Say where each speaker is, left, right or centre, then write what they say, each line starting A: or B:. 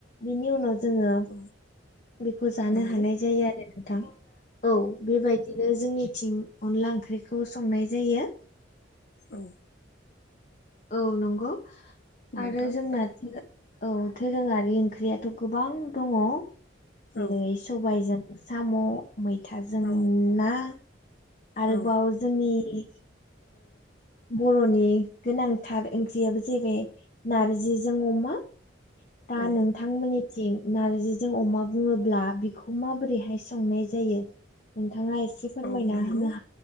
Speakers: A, on the left; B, on the left.
A: बिनि उनाव जोङो
B: औ
A: बेखौ जानो
B: नंगौ
A: हानाय जायो आरो नोंथां औ बेबायदि बिदिनो जोंनिथिं अनला ओंख्रिखौ संनाय जायो
B: औ
A: औ नंगौ
B: नोंथां
A: आरो जोंनाथ औ दोरोङारि ओंख्रियाथ गोबां दङ जेरै
B: औ
A: सबायाइजों साम मैथाजों
B: औ
A: ना आरोबाव
B: औ
A: जोंनि बर'नि गोनांथार ओंख्रियाबो जाहैबाय नारजिजों अमा दा
B: औ
A: नोंथांमोननिथिं नारजिजों अमा बुङोब्ला बेखौ माबोरैहाय संनाय जायो नोंथाङा एसे फोरमायना
B: औ नंगौ
A: होनो हागोन